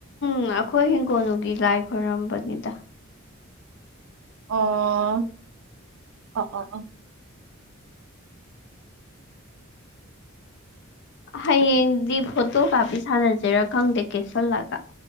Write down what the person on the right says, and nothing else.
ꯑꯣ ꯑꯣ ꯑꯣ ꯑꯣ